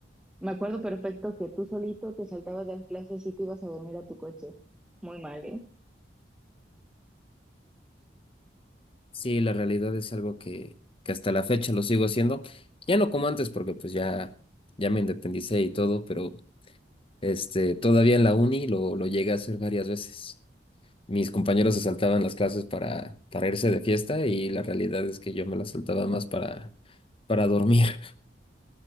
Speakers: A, in the centre; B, on the left.
A: Me acuerdo perfecto que tú solito te saltabas las clases y te ibas a dormir a tu coche. Muy mal, ¿eh?
B: Sí, la realidad es algo que, que hasta la fecha lo sigo haciendo. Ya no como antes, porque pues ya, ya me independicé y todo, pero este, todavía en la uni lo, lo llegué a hacer varias veces. Mis compañeros se saltaban las clases para, para irse de fiesta y la realidad es que yo me las saltaba más para, para dormir. <laughs>